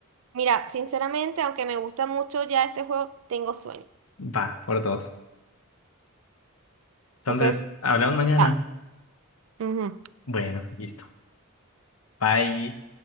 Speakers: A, on the right; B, on the left.
A: Mira, sinceramente, aunque me gusta mucho ya este juego, tengo sueño.
B: Va, por dos. Entonces,
A: Entonces,
B: hablamos mañana.
A: ya. Ujú.
B: Bueno, listo. Bye.